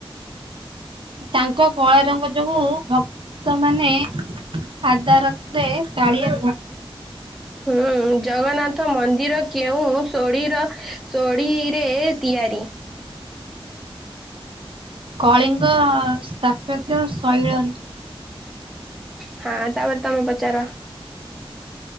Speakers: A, on the right; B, in the centre.
A: ତାଙ୍କ କଳା ରଙ୍ଗ ଯୋଗୁ ଭକ୍ତ ମାନେ ଆଗା ରଥରେ କାଳିଆ
B: ହୁଁ
A: <inaudible>
B: ଜଗନ୍ନାଥ ମନ୍ଦିର କେଉଁ ସୋଢୀର ଶୋଢୀରେ ତିଆରି।
A: <inaudible> କଳିଙ୍ଗ ସ୍ଥାପତ୍ୟ ଶୈଳରେ
B: ହଁ ତାପରେ ତମେ ପଚାର?